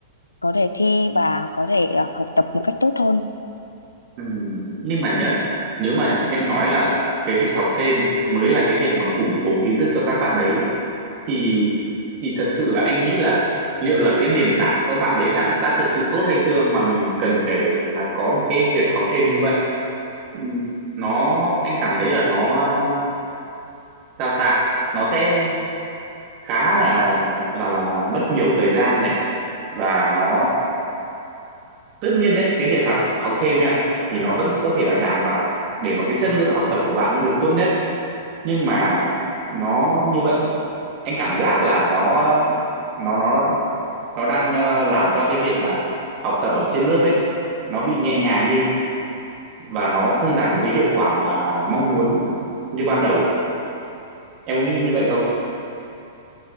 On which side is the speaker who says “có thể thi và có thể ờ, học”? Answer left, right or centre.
Left